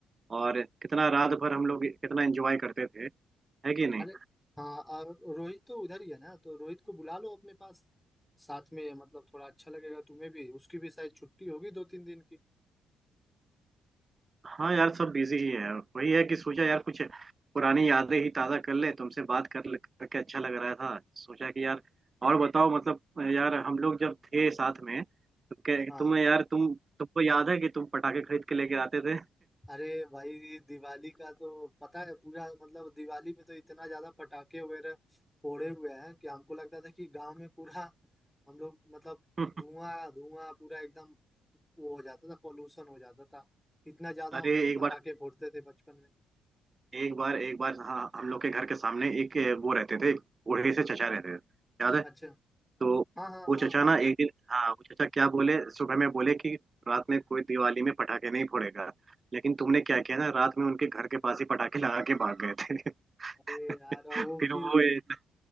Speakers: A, on the right; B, in the centre.
A: और कितना रात भर हम लोग कितना एंजॉय करते थे है कि नहीं
B: अरे हाँ और रोहित तो उधर ही है ना तो रोहित को बुला लो अपने पास साथ में मतलब थोड़ा अच्छा लगेगा तुम्हें भी उसकी भी शायद छुट्टी होगी दो तीन दिन की
A: हाँ यार सब बिजी ही है वही है कि सोचा यार कुछ पुरानी यादें ही ताज़ा कर ले तुमसे बात कर ले करके अच्छा लग रहा था सोचा कि यार और बताओ मतलब यार हम लोग जब थे साथ में तो क्या-
B: हाँ
A: तुम्हें यार तुम तुमको याद है कि तुम पटाखे खरीद के लेके आते थे
B: अरे भाई दिवाली का तो पता है पूरा मतलब दिवाली में तो इतना ज्यादा पटाखे वगैरह फोड़े हुए हैं कि हमको लगता था कि गांव में पूरा हम लोग मतलब
A: <laughs>
B: धुआं धुआं पूरा एकदम वो हो जाता था पॉल्यूशन हो जाता था कितना ज्यादा
A: अरे
B: हम लोग
A: एक
B: पटाखे
A: बार
B: फोड़ते थे बचपन में
A: एक बार एक बार हाँ हम लोग के घर के सामने एक वो रहते थे बूढ़े से चचा रहते थे याद है
B: अच्छा
A: तो
B: हाँ हाँ
A: वो
B: हाँ
A: चचा
B: हाँ
A: ना एक दिन हाँ वो चचा क्या बोले सुबह में बोले कि रात में कोई दिवाली में पटाखे नहीं फोड़ेगा लेकिन तुमने क्या किया ना रात में उनके घर के पास ही पटाखे लगा के भाग गए थे
B: अरे
A: <laughs>
B: यार और वो
A: फिर
B: फिर
A: वो इत-